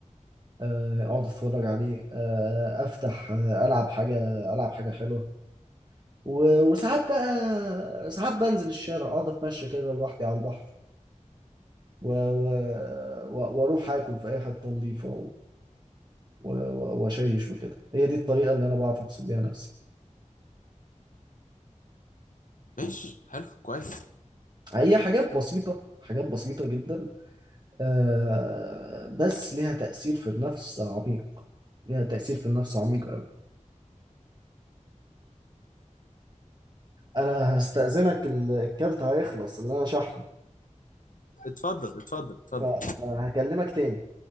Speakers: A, on the right; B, on the left.
A: آه، اقعد اتفرج عليه آه، افتح آه، العب حاجه العب حاجه حلوه و- وساعات بقى ساعات بنزل الشارع اقعد اتمشى كده لوحدي على البحر و- و- و- واروح اكل في اي حته نظيفه و- و- واشيش وكده هي دي الطريقه اللي انا بعرف ابسط بيها نفسي
B: ماشي حلو كويس
A: هي حاجات بسيطه حاجات بسيطه جدا آه بس ليها تأثير في النفس عميق ليها تأثير في النفس عميق أوي أنا هستأذنك ال- الكارت هيخلص اللي أنا شحنه
B: اتفضل اتفضل اتفضل
A: ف- فهكلمك تاني